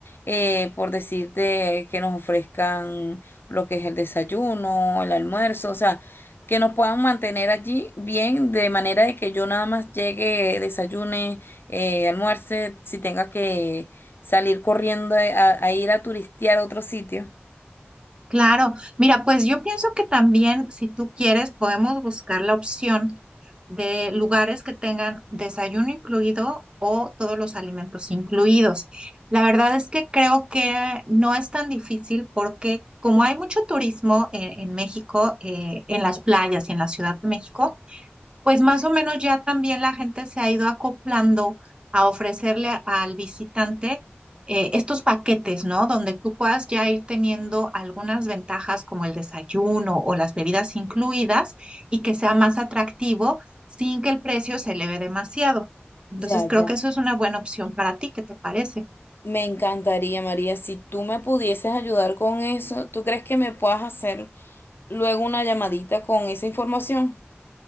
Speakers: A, on the left; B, on the right.
A: eh, por decirte que nos ofrezcan lo que es el desayuno, el almuerzo, o sea, que nos puedan mantener allí bien, de manera de que yo nada más llegue, desayune, eh, almuerce, si tenga que salir corriendo eh, a, a ir a turistear a otro sitio.
B: Claro, mira, pues yo pienso que también si tú quieres podemos buscar la opción de lugares que tengan desayuno incluido o todos los alimentos incluidos. La verdad es que creo que no es tan difícil porque como hay mucho turismo eh, en, México, eh, en las playas y en la Ciudad de México, pues más o menos ya también la gente se ha ido acoplando a ofrecerle a- al visitante eh, estos paquetes, ¿no? Donde tú puedas ya ir teniendo algunas ventajas como el desayuno o las bebidas incluidas y que sea más atractivo sin que el precio se eleve demasiado. Entonces
A: Ya,
B: creo
A: ya.
B: que eso es una buena opción para ti, ¿qué te parece?
A: Me encantaría, María, si tú me pudieses ayudar con eso, ¿tú crees que me puedas hacer luego una llamadita con esa información?